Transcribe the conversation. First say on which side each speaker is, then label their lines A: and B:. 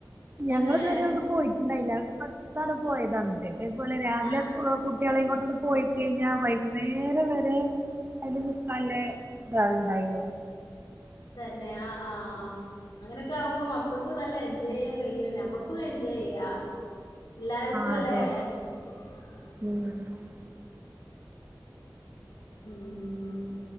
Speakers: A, on the right; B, on the left.
A: ഞങ്ങള്
B: അന്നെ
A: ഇതുവരെ അങ്ങട്ട് പോയിട്ട്ണ്ടായില്ല പ്പ അടുത്താണ് പോയതങ്ങട് ഇതേപോലെ രാവിലെ
B: ആ
A: പോ കുട്ട്യാളെയും കൊണ്ടാണ്ട് പോയിക്കഴിഞ്ഞാ വൈകുന്നേരം വെരേ അയിൽ മുക്കാലെ ഇതാണ് ണ്ടായിള്ളു
B: തന്നെ ആഹ് ആഹ് അങ്ങെനെക്കെ ആവുമ്പോ മക്കക്കും നല്ല എൻജോയ് ചെയ്യാൻ കഴിയും ഞമ്മക്കും എൻജോയെയ്യാ എല്ലാര്ക്കും
A: ആഹ് അതെ
B: ലേ
A: അതെ
B: ഉം ഉം
A: ഉം
B: ഊം